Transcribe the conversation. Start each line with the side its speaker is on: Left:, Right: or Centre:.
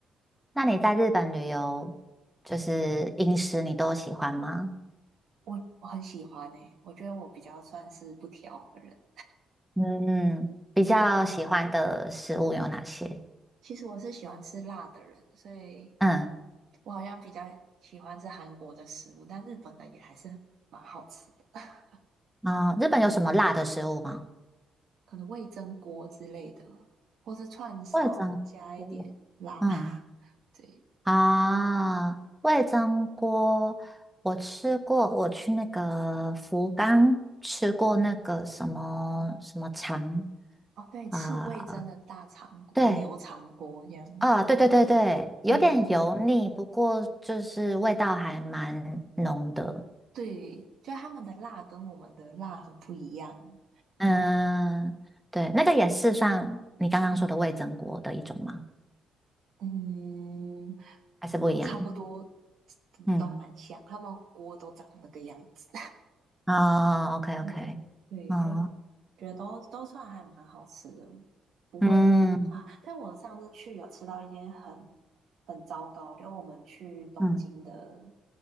Centre: 那你在日本旅游，就是饮食你都喜欢吗？
Right: 我我很喜欢诶，我觉得我比较算是不挑的人。
Centre: 嗯，比较喜欢的食物有哪些？
Right: 对，其实我是喜欢吃辣的人，所以
Centre: 嗯，
Right: 我好像比较喜欢吃韩国的食物，但日本的也还是蛮好吃的。<laughs>
Centre: 啊，日本有什么辣的食物吗？
Right: 对，可能味噌锅之类的，或是串烧加一点辣。
Centre: 味噌锅嗯
Right: <laughs> 对，
Centre: 啊，味噌锅我吃过，我去那个福冈吃过那个什么什么肠
Right: 哦对，赤味噌的大肠锅、
Centre: 啊，对
Right: 牛肠锅这样。
Centre: 啊，对对对对，有点油腻，
Right: 嗯，
Centre: 不过就是味道还蛮浓的。
Right: 对，就他们的辣跟我们的辣很不一样。
Centre: 嗯，对，那个也是算你刚刚说的味噌锅的一种吗？
Right: 嗯，
Centre: 还是不一样。
Right: 差不多，嗯都蛮像，
Centre: 嗯，
Right: 他们锅都长那个样子。
Centre: 哦，OK
Right: 对，
Centre: OK，
Right: 对，
Centre: 哦，
Right: 觉得觉得都都算还蛮好吃的，不会啊。
Centre: 嗯
Right: 但我上次去有吃到一间很很糟糕，就我们去东京的
Centre: 嗯